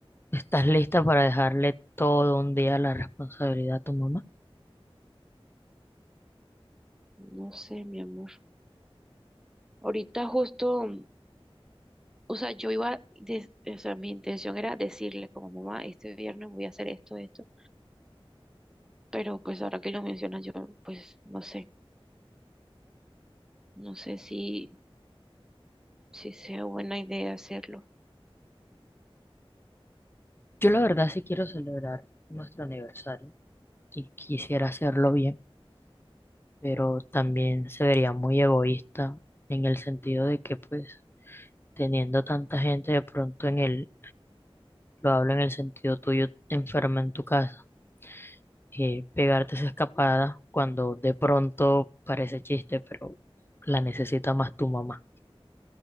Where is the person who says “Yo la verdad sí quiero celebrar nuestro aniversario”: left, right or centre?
Left